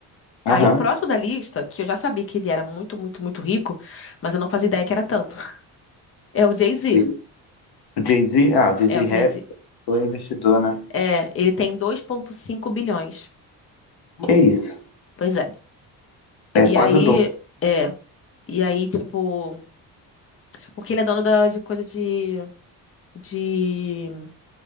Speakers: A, on the left; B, on the left.
A: Aham.
B: Aí o próximo da lista, que eu já sabia que ele era muito, muito, muito rico, mas eu não fazia ideia que era tanto, <laughs> é o Jay-Z.
A: Sei. O Jay-Z, ah, o Jay-Z
B: É, o
A: é rap,
B: Jay-Z.
A: o investidor, né?
B: É, ele tem dois ponto cinco bilhões.
A: Que isso?
B: Pois é.
A: É
B: E
A: quase
B: aí,
A: o dobro.
B: é. E aí, tipo, porque ele é dono da, de coisa de, de